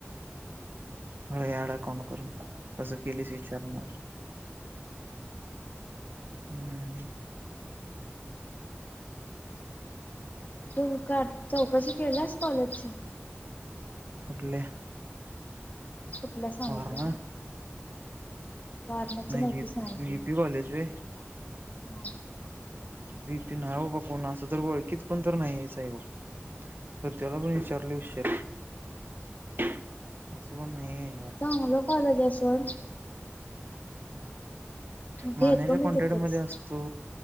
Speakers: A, on the right; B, on the left.
A: याडा कोण करून कसं केलीस विचारणार हम्म
B: तू का चौकशी केलीस कॉलेजची
A: कठले
B: तुटल्या सांगितलं
A: वारणा
B: वारणच
A: नाही
B: नोकीी
A: व्ही
B: सांगितली
A: व्हीपी कॉलेज व
B: ह
A: बीतीन आहे बा बा कोण असं तर ओळखीत कोण तर नाही साहे बा प त्याला पण विचारले हशार असं पण नाहीे
B: चांगलं कॉलजसवर
A: माण्या्याच्या
B: घेतो मी
A: कन्टेट
B: तिथंच
A: मध्ये असतो